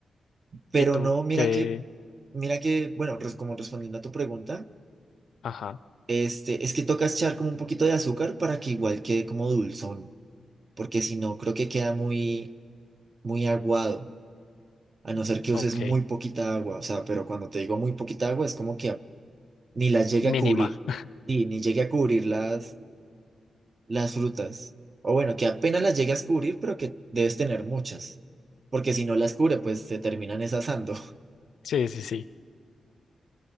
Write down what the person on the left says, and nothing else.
¿Y tú?
¿Qué?
Ajá,
ok.
Mínima.
<laughs>
Sí, sí, sí.